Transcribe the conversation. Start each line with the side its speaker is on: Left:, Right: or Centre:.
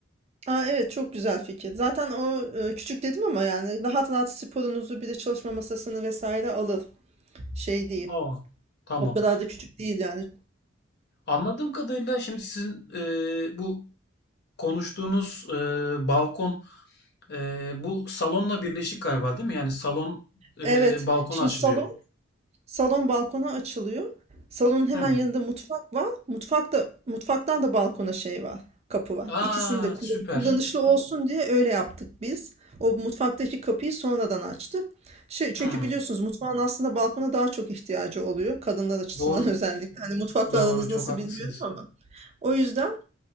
Right: Aa, evet çok güzel fikir. Zaten o e, küçük dedim ama yani rahat rahat sporunuzu bir de çalışma masasını vesaire alır. Şey değil.
Left: Aa, tamam.
Right: O kadar da küçük değil yani.
Left: Anladığım kadarıyla şimdi sizin e, bu konuştuğunuz e, balkon e, bu salonla birleşik galiba değil mi? Yani salon e,
Right: Evet.
Left: balkona
Right: Şimdi
Left: açılıyor.
Right: salon salon balkona açılıyor. Salonun hemen
Left: Hmm.
Right: yanında mutfak var. Mutfakta mutfaktan da balkona şey var. Kapı var.
Left: Aa,
Right: İkisini de kullan-
Left: süper.
Right: kullanışlı olsun diye öyle yaptık biz. O mutfaktaki kapıyı sonradan açtık. Şey,
Left: Hmm.
Right: çünkü biliyorsunuz mutfağın aslında balkona daha çok ihtiyacı oluyor. Kadınlar açısından
Left: Doğru.
Right: <laughs> özellikle. Hani mutfakla
Left: Doğru.
Right: aranız
Left: Çok
Right: nasıl
Left: haklısınız.
Right: bilmiyorum ama. O yüzden